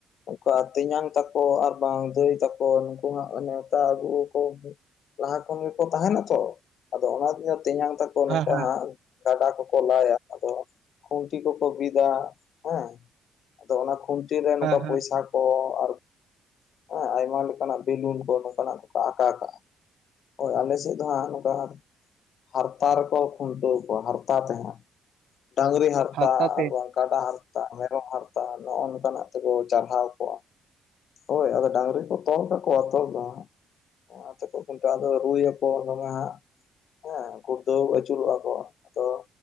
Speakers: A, on the left (about 65°); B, on the right (about 75°).
A: ᱚᱠᱟ ᱛᱮᱧᱟᱝ ᱛᱟᱠᱚ ᱟᱨ ᱵᱟᱝ ᱫᱟᱹᱭ ᱛᱟᱠᱚ ᱱᱩᱠᱩ ᱦᱟᱸᱜ ᱱᱮᱣᱛᱟ ᱟᱹᱜᱩ ᱟᱠᱚ ᱡᱟᱦᱟᱸ ᱠᱷᱚᱱ ᱜᱮᱠᱚ ᱛᱟᱦᱮᱱᱟ ᱛᱚ, ᱟᱫᱚ ᱚᱱᱟᱛᱮ ᱛᱮᱧᱟᱝ ᱛᱟᱠ ᱠᱚ
B: ᱦᱮᱸ
A: ᱱᱚᱝᱠᱟ
B: ᱦᱮᱸ
A: ᱦᱟᱸᱜ, ᱜᱟᱰᱟ ᱠᱚᱠᱚ ᱞᱟᱭᱟ ᱾ ᱟᱫᱚ ᱠᱷᱩᱱᱴᱤ ᱠᱚ ᱠᱚ ᱵᱤᱫᱟ ᱦᱮᱸ, ᱟᱫᱚ ᱚᱱᱟ ᱠᱷᱩᱱᱴᱤ ᱨᱮ ᱱᱚᱝᱠᱟ
B: ᱦᱮᱸ ᱦᱮᱸ
A: ᱯᱚᱭᱥᱟ ᱠᱚ ᱟᱨ ᱦᱮᱸ, ᱟᱭᱢᱟ ᱞᱮᱠᱟᱱᱟᱜ ᱵᱮᱞᱩᱱ ᱠᱚ ᱱᱚᱝᱠᱟᱱᱟᱜ ᱠᱚᱠᱚ ᱟᱠᱟ ᱠᱟᱜᱼᱟ ᱾ ᱦᱳᱭ, ᱟᱞᱮ ᱥᱮᱫ ᱫᱚ ᱦᱟᱸᱜ ᱱᱚᱝᱠᱟ ᱦᱟᱸᱜ ᱦᱟᱨᱛᱟ ᱨᱮᱠᱚ ᱠᱷᱩᱱᱴᱟᱹᱣ ᱠᱚᱣᱟ ᱦᱟᱨᱛᱟ ᱛᱮᱦᱟᱸᱜ, ᱰᱟᱸᱝᱨᱤ ᱦᱟᱨ
B: ᱦᱟᱨᱛᱟ ᱛᱮ ᱾
A: ᱠᱟᱰᱟ ᱦᱟᱨᱛᱟ, ᱢᱮᱨᱚᱢ ᱦᱟᱨᱛᱟ, ᱱᱚᱜᱼᱚ ᱱᱚᱝᱠᱟᱱᱟᱜ ᱛᱮᱠᱚ ᱪᱟᱨᱦᱟᱣ ᱠᱚᱣᱟ ᱾ ᱦᱳᱭ, ᱟᱫᱚ ᱰᱟᱝᱨᱤ ᱠᱚ ᱛᱚᱞ ᱠᱟᱠᱚᱣᱟ ᱛᱚᱞ ᱫᱚ ᱦᱟᱸᱜ ᱾ <unintelligible> ᱚᱱᱟ ᱟᱛᱮ ᱠᱚ ᱠᱷᱩᱱᱴᱟᱹᱜᱼᱟ, ᱟᱫᱚ ᱨᱩᱭ ᱟᱠᱚ ᱫᱚᱢᱮ ᱦᱟᱸᱜ ᱾ ᱦᱮᱸ, ᱜᱩᱲᱫᱟᱹᱣ ᱟᱹᱪᱩᱨᱚᱜᱼᱟ ᱠᱚ ᱟᱫᱚ